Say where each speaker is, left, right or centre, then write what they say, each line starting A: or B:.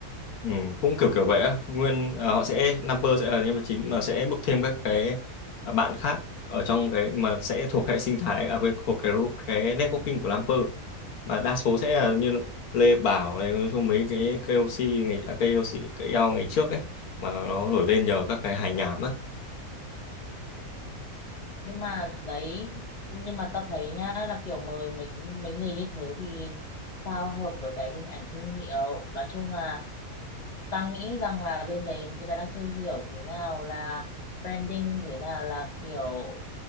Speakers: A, on the left (about 75°); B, on the left (about 35°).
A: ừ, cũng kiểu kiểu vậy á nguyên ờ, họ sẽ Naper sẽ là nhân vật chính mà sẽ bước thêm các cái ờ, bạn khác ở trong cái mà sẽ thuộc hệ sinh thái à, quên, thuộc cái ru- cái networking của Naper mà đa số sẽ là như Lê Bảo này nói chung mấy cái KOC ngày à, KOC cái eo ngày trước ấy mà nó nổi lên nhờ các cái hài nhảm á
B: Ừ. nhưng mà đấy nhưng mà ta thấy nhá là kiểu mời mấy mấy người như thế thì sao hợp với cái hình ảnh thương hiệu nói chung là ta nghĩ rằng là bên đấy người ta đang chưa hiểu thế nào là branding thế nào là kiểu